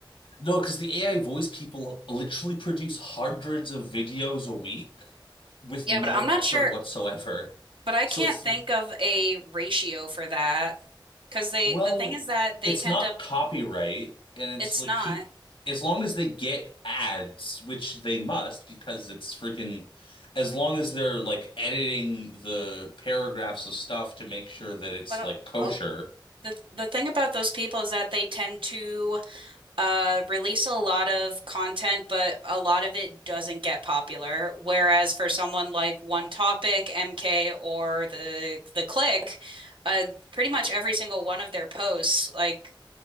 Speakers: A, on the left; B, on the right.
A: No, because the AI voice people literally produce hundreds of videos a week with
B: Yeah,
A: no
B: but I'm
A: effort
B: not sure.
A: whatsoever.
B: But I
A: So
B: can't
A: it's
B: think of a ratio for that because they
A: Well,
B: the thing is that they
A: it's
B: tend
A: not
B: to
A: copyright, and
B: it's
A: it's like
B: not.
A: people, as long as they get ads, which they must because it's freaking, as long as they're like editing the paragraphs of stuff to make sure that it's
B: But uh,
A: like kosher,
B: oh, the the thing about those people is that they tend to uh release a lot of content, but a lot of it doesn't get popular. Whereas for someone like One Topic, MK, or the the Click, uh, pretty much every single one of their posts, like